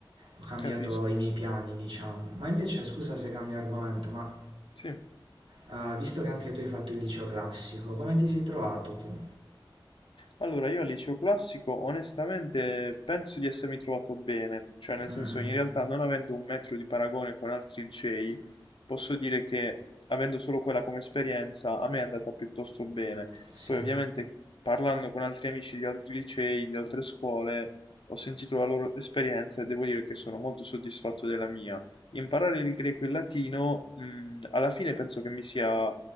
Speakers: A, on the right (about 80°); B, on the left (about 75°).
A: ho cambiato
B: capisco.
A: i miei piani, diciamo. Ma invece, scusa se cambio argomento, ma
B: Sì.
A: eh, visto che anche tu hai fatto il liceo classico, come ti sei trovato tu?
B: Allora, io al liceo classico onestamente penso di essermi trovato bene, cioè nel
A: Mm,
B: senso
A: mm,
B: in realtà non avendo un metro di paragone con altri licei, posso dire che avendo solo quella come esperienza a me è andata piuttosto bene.
A: sì,
B: Poi ovviamente parlando con altri amici di altri licei, di altre scuole, ho sentito la loro esperienza e devo dire che sono molto soddisfatto della mia. Imparare il greco e il latino, mh, alla fine penso che mi sia